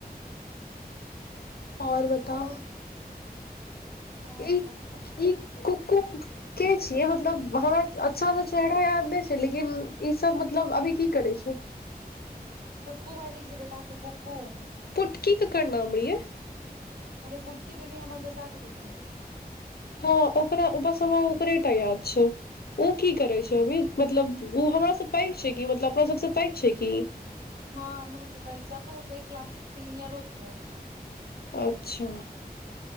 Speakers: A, on the left; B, on the right.
A: और बताउ?
B: और और सब
A: ई-ई कु-कु के छियै? मतलब हमरा अच्छा स चेहरा याद नैय छै, लेकिन ई सब मतलब अभी की करै छै?
B: छोटको भाइजी के जे बेटा छौ कुकु।
A: पुटकी ककर नाम रईये?
B: अरे बुटकी दीदी हमर चचा के बेटी।
A: हँ ओकरा ओ बस हमरा ओकरे टा याद छै। उ की करे छै अभी? मतलब उ हमरा स पैग छै कि मतलब अपना सब सऽ पैग छै की?
B: हँ, अपना सब स पैग छैय, अपना सब स एक क्लास सीनियरो छौ।
A: अच्छा,